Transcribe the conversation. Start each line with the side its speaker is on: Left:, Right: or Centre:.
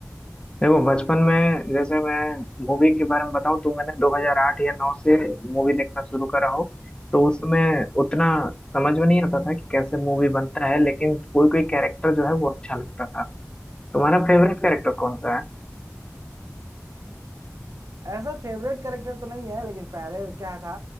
Left: देखो बचपन में जैसे मैं मूवी के बारे में बताऊँ तो मैंने 2008 या 9 से मूवी देखना शुरू करा हो तो उसमें उतना समझ में नहीं आता था कि कैसे मूवी बनता है लेकिन कोई कोई कैरेक्टर जो है वो अच्छा लगता था तुम्हारा फेवरेट कैरेक्टर कौन सा है
Right: ऐसा फेवरेट कैरेक्टर तो नहीं है लेकिन पहले क्या था